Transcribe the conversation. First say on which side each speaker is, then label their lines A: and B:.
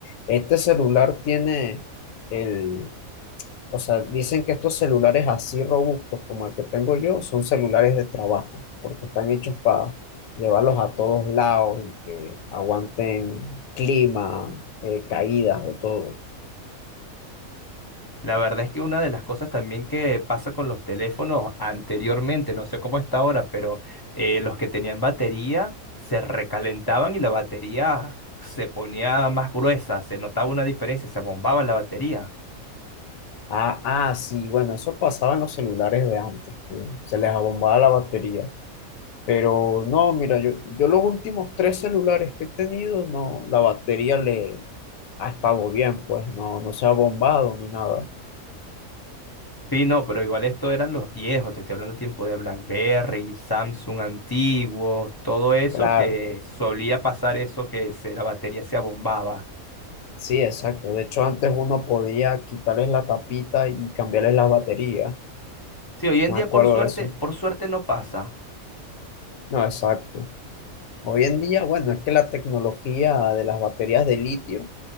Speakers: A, on the left; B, on the left.
A: Este celular tiene el, o sea, dicen que estos celulares así robustos como el que tengo yo son celulares de trabajo, porque están hechos para llevarlos a todos lados y que aguanten clima, eh, caídas, de todo.
B: La verdad es que una de las cosas también que pasa con los teléfonos anteriormente, no sé cómo está ahora, pero eh, los que tenían batería se recalentaban y la batería se ponía más gruesa, se notaba una diferencia, se bombaba la batería.
A: Ah, ah, sí, bueno, eso pasaba en los celulares de antes, que se les abombaba la batería. Pero no, mira, yo, yo los últimos tres celulares que he tenido, no, la batería le ha estado bien, pues no, no se ha bombado ni nada.
B: Sí, no, pero igual esto eran los viejos, te estoy hablando de tiempo de BlackBerry, Samsung antiguos, todo eso
A: Claro,
B: que solía pasar eso que se- la batería se abombaba.
A: sí, exacto. De hecho, antes uno podía quitarles la tapita y cambiarles la batería.
B: Sí, hoy en
A: Me
B: día
A: acuerdo
B: por suerte,
A: de eso.
B: por suerte no pasa.
A: No, exacto. Hoy en día, bueno, es que la tecnología de las baterías de litio